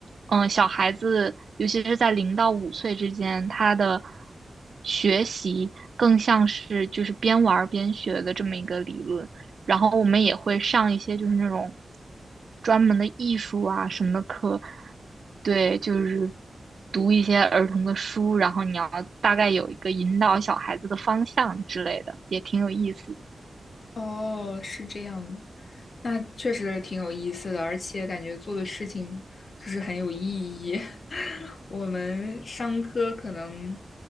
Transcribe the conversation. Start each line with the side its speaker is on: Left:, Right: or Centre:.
Right: 嗯，小孩子，尤其是在零到五岁之间，他的学习更像是就是边玩儿边学的这么一个理论。然后我们也会上一些就是那种专门的艺术啊什么的课，对，就是读一些儿童的书，然后你要大概有一个引导小孩子的方向之类的，也挺有意思。
Left: 哦，是这样的。那确实挺有意思的，而且感觉做的事情就是很有意义。<laughs> 我们商科可能